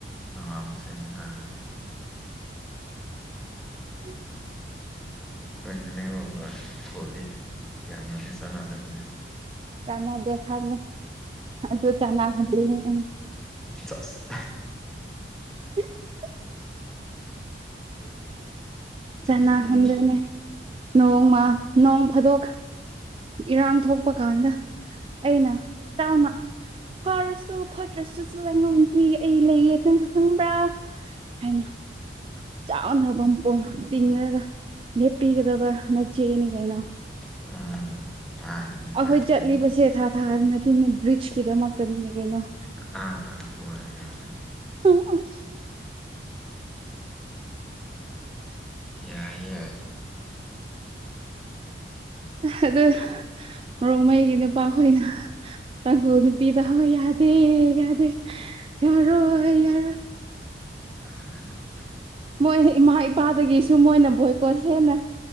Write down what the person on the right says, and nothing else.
<inaudible>
ꯆꯅꯗꯦ ꯈꯪꯉꯤ ꯑꯗꯨꯨ ꯆꯅꯥ ꯍꯟꯗꯔꯤꯅꯦ ꯑꯩꯅꯁꯨ꯫
<inaudible>
ꯆꯅꯥ ꯍꯟꯗꯣꯏꯅꯦ꯫ ꯅꯣꯡꯃ ꯅꯣꯡ ꯐꯥꯗꯣꯛ꯫ ꯏꯔꯥꯡ ꯊꯣꯛꯄ ꯀꯥꯟꯗ ꯑꯩꯅ ꯆꯥꯎꯅ꯫ ꯐꯔꯁꯨ ꯐꯠꯇ꯭ꯔꯁꯨ ꯂꯩꯉꯝ ꯄꯨꯨꯏꯌꯦ ꯑꯩ ꯂꯩꯌꯦ ꯆꯪꯈꯣꯏ ꯈꯪꯕ꯭ꯔꯥ꯫ ꯍꯥꯏꯅ꯫ ꯆꯥꯎꯅ ꯄꯝꯄꯣꯝ ꯇꯤꯡꯉꯒ ꯂꯦꯞꯄꯤꯒꯗꯕ ꯅꯆꯦꯅꯤ ꯀꯩꯅꯣ꯫
ꯑꯩꯈꯣꯏ
ꯆꯠꯂꯤꯕꯁꯦ ꯊꯥ ꯊꯥ ꯅꯠꯇꯦꯅꯦ ꯕ꯭ꯔꯤꯖꯀꯤꯗꯃꯛꯇꯅꯤꯅꯦ ꯀꯩꯅꯣ꯫
ꯎꯝ ꯎꯝ꯫
ꯑꯗꯨ ꯔꯣꯡꯃꯩꯒꯤ ꯅꯨꯄꯥꯈꯣꯏꯅ꯫ ꯇꯥꯡꯈꯨꯜ ꯅꯨꯄꯤꯗ ꯍꯣꯏ ꯌꯥꯗꯦ ꯌꯥꯗꯦ ꯌꯥꯔꯣꯏ ꯌꯥꯔꯣꯏ꯫
ꯃꯣꯏ ꯏꯃꯥ ꯏꯄꯥꯗꯒꯤꯁꯨ ꯃꯣꯏꯅ ꯕꯣꯏꯀꯣꯠ ꯍꯦꯟꯅ꯫